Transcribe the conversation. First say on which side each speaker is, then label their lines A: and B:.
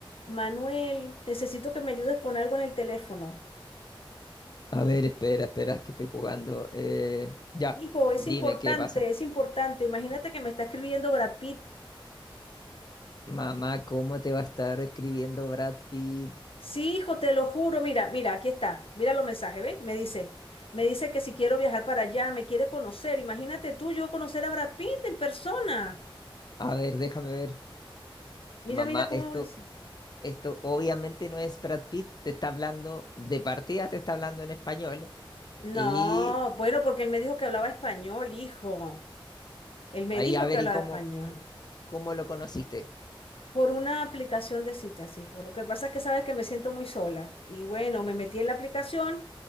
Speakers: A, on the left; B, on the left.
A: Manuel, necesito que me ayudes con algo en el teléfono.
B: A ver, espera, espera, que estoy jugando. Eh, ya,
A: Hijo, es
B: dime
A: importante,
B: qué pasa.
A: es importante. Imagínate que me está escribiendo Brad Pitt.
B: Mamá, ¿cómo te va a estar escribiendo Brad Pitt?
A: Sí, hijo, te lo juro. Mira, mira, aquí está. Mira los mensajes, ¿ves? Me dice, me dice que si quiero viajar para allá, me quiere conocer. Imagínate tú, yo conocer a Brad Pitt en persona.
B: A ver, déjame ver.
A: Mira,
B: Mamá,
A: mira cómo
B: esto,
A: dice.
B: esto obviamente no es Brad Pitt, te está hablando, de partida te está hablando en español.
A: No,
B: Y
A: bueno, porque él me dijo que hablaba español, hijo. Él me
B: ahí,
A: dijo
B: a ver,
A: que hablaba
B: ¿y cómo,
A: español.
B: cómo lo conociste?
A: Por una aplicación de citas, hijo. Lo que pasa es que sabes que me siento muy sola. Y bueno, me metí en la aplicación